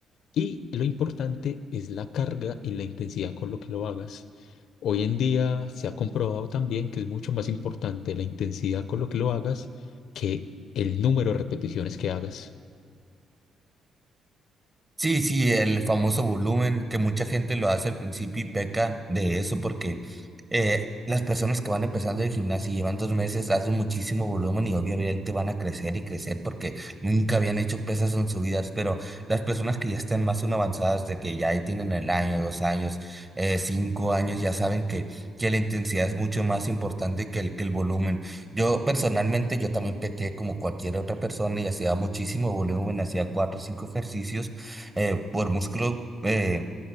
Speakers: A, on the left; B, on the right.
A: Y lo importante es la carga y la intensidad con lo que lo hagas. Hoy en día se ha comprobado también que es mucho más importante la intensidad con lo que lo hagas que el número de repeticiones que hagas.
B: Sí, sí, el famoso volumen, que mucha gente lo hace al principio y peca de eso porque eh, las personas que van empezando el gimnasio y llevan dos meses hacen muchísimo volumen y obviamente van a crecer y crecer porque nunca habían hecho pesas en su vida, pero las personas que ya están más aún avanzadas de que ya ahí tienen el año, dos años, eh, cinco años, ya saben que, que la intensidad es mucho más importante que el, que el volumen. Yo personalmente, yo también pequé como cualquier otra persona y hacía muchísimo volumen, hacía cuatro o cinco ejercicios eh, por músculo, eh,